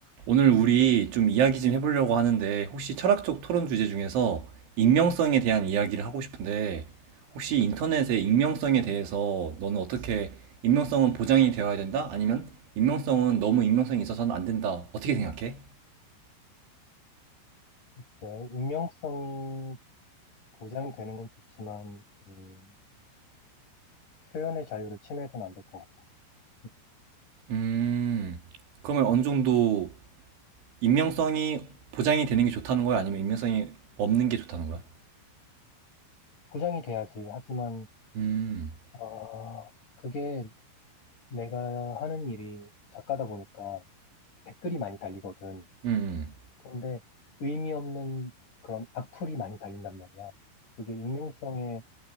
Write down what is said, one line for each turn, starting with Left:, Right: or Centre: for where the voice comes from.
Right: 오늘 우리 좀 이야기 좀 해보려고 하는데 혹시 철학적 토론 주제 중에서 익명성에 대한 이야기를 하고 싶은데 혹시 인터넷의 익명성에 대해서 너는 어떻게 익명성은 보장이 되어야 된다? 아니면 익명성은 너무 익명성이 있어서는 안 된다. 어떻게 생각해?
Left: 글쎄, 익명성이 보장이 되는 건 좋지만, 음, 표현의 자유를 침해해서는 안 될 것 같아. 음,
Right: 음, 그러면 어느 정도 익명성이 보장이 되는 게 좋다는 거야? 아니면 익명성이 없는 게 좋다는 거야?
Left: 보장이 돼야지. 하지만,
Right: 음,
Left: 아, 그게 내가 하는 일이 작가다 보니까 댓글이 많이 달리거든.
Right: 음, 음.
Left: 그런데 의미 없는 그런 악플이 많이 달린단 말이야. 그게 익명성에